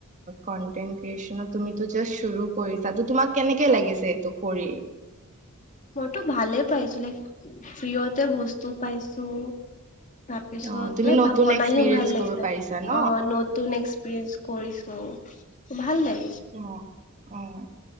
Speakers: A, on the right; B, on the left.
A: কনটেন্ট ক্ৰিয়েচনত তো জাষ্ট চুৰু কৰিছা তোমাক। কেনেকে লাগিছে এইটো কৰি।
B: ভালে পাইছো লাইক ফ্ৰিয়তে বস্তু পাইছো। তাৰপিছত
A: অ তুমি নতুন
B: বনাইো
A: এক্সপিৰিয়েঞ্চ
B: ভাল লাগিছে
A: কৰিব পাৰিছা ন
B: অ নতুন এক্সপিৰিয়েঞ্চ কৰিছো। ভাল লাগে।
A: অ-অ,